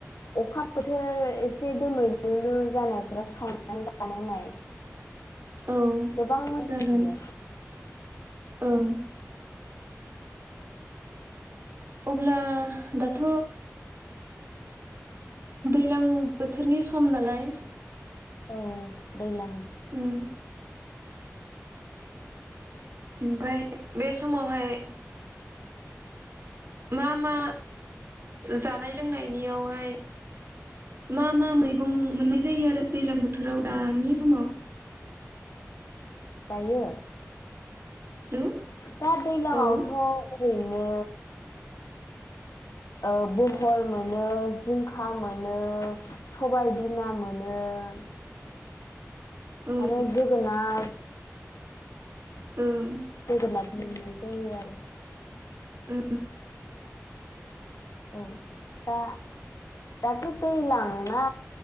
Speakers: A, on the left; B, on the right.
A: अखा बोथोर एसे दोमैलु जानायफ्राव सावनानै जानाय नाय
B: औ
A: गोबां मोजां
B: जागोन
A: मोनो
B: ओं
A: औ
B: अब्ला दाथ दैज्लां बोथोरनि सम नालाय
A: औ दैज्लां
B: उम ओमफ्राय बे समावहाय मा मा जानाय लोंनायनियावहाय मा मा मैगं मोननाय जायो आरो दैलां बोथोराव दानि समाव
A: दायो
B: हेलौ
A: दा दैज्लां
B: औ
A: आवथ' ओरैनो औ बहल मोनो जिंखा मोनो सबायबिमा मोनो मोनो
B: औ
A: आरो जोगोनाथ
B: उम
A: जोगोनार मोननाय जायो आरो
B: ओ
A: औ दा दाथ' दैलांना